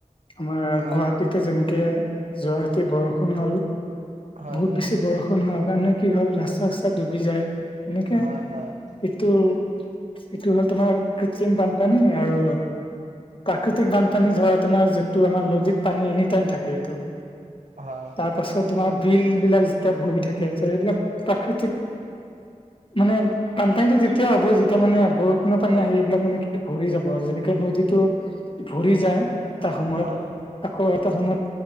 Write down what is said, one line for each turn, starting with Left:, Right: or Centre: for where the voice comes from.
Left: আমাৰ
Right: হয়
Left: গুৱাহাটীতে যেনেকে যোৱা ৰাতি বৰষুণ হল
Right: হয়
Left: বহুত
Right: হয়
Left: বেছি বৰষুণ হোৱা কাৰণে কি হল ৰাস্তা আস্তা ডুবি যায় এনেকে
Right: হয় হয়
Left: এইটো এইটো হ'ল তোমাৰ কৃত্ৰিম বানপানী আৰু প্ৰাকৃতিক বানপানী ধৰাক তোমাৰ যোনটো আমাৰ নদীত পানী এনি টাইম থাকে এইটো
Right: হয়
Left: তাৰপাছত তোমাৰ বিল বিলাক যেতিয়া ভৰি থাকে ত' সেইবিলাক প্ৰাকৃতিক মানে বানপানীটো তেতিয়া হ'ব যেতিয়া মানে বৰষুণৰ পানী আহি এইবিলাক মানে ভৰি যাব যেনেকে নদীটো ভৰি যায় এটা সময়ত
Right: হয় হয়
Left: আকৌ এটা সময়ত